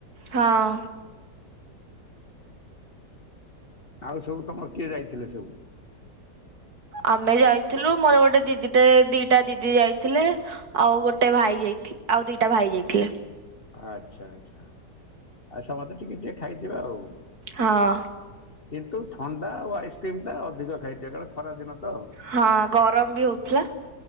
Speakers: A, on the right (about 60°); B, on the left (about 35°).
A: ହଁ।
B: ଆଉ ସବୁ ତମର କିଏ ଯାଇଥିଲେ ସବୁ।
A: ଆମେ ଯାଇଥିଲୁ ମୋର ଗୋଟେ ଦିଦିଟେ ଦିଟା ଦିଦି ଯାଇଥିଲେ। ଆଉ ଗୋଟେ ଭାଇ ଯାଇଥିଲି ଆଉ ଦିଟା ଭାଇ ଯାଇଥିଲେ।
B: ଆଚ୍ଛା ଆଚ୍ଛା ଆଉ ସମସ୍ତେ ଟିକେ ଟିକେ ଖାଇଥିବେ ଆଉ।
A: ହଁ।
B: କିନ୍ତୁ ଥଣ୍ଡା ଆଉ ଆଇସ୍କ୍ରିମ୍ ଟା ଅଧିକ ଖାଇଥିବେ କାରଣ ଖରା ଦିନ ତ।
A: ହଁ ଗରମ ବି ହଉଥିଲା।